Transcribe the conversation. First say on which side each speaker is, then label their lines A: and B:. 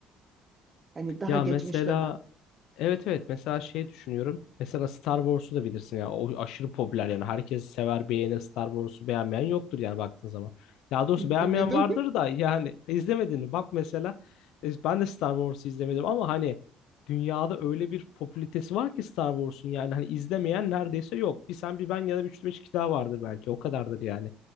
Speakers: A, on the right; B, on the left.
A: Hani daha
B: ya
A: geçmiş
B: mesela
A: dönem.
B: Evet evet mesela şey düşünüyorum. Mesela Star Wars'u da bilirsin ya. O aşırı popüler yani. Herkes sever beğenir Star Wars'u beğenmeyen yoktur yani baktığın zaman. Ya doğrusu
A: İzlemedim.
B: beğenmeyen vardır
A: <laughs>
B: da yani <laughs> izlemediğini bak mesela e, ben de Star Wars'u izlemedim ama hani dünyada öyle bir popülitesi var ki Star Wars'un yani hani izlemeyen neredeyse yok. Bir sen bir ben ya da bir üç beş kişi daha vardır belki o kadardır yani.